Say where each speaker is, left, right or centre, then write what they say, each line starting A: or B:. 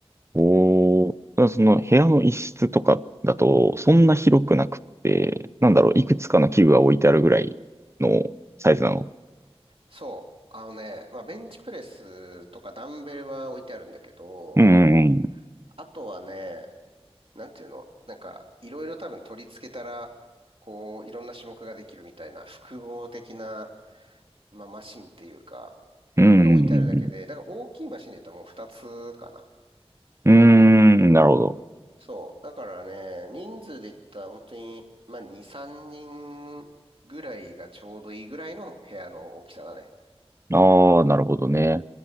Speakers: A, on the right (about 25°); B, on the right (about 60°).
A: おー、ただその部屋の一室とかだと、そんな広くなくって、なんだろう、いくつかの器具が置いてあるぐらいのサイズなの。
B: そう、あのね、まあ、ベンチプレスとかダンベルは置いてあるんだけど、
A: うん、うん、
B: あとはね、なんていうの、なんか、いろいろ多分取り付けたら、こう、いろんな種目ができるみたいな、複合的な、まあ、マシンっていうか、
A: うん。うん、
B: が置いてあるだけで、
A: うん、
B: だから大きいマシンで言ったらもう2つかな。
A: うん。うんうーんなるほど。
B: そう。だからね、人数で言ったら本当に、まあ、2、3人ぐらいがちょうどいいぐらいの部屋の大きさだね。
A: ああ、なるほどね。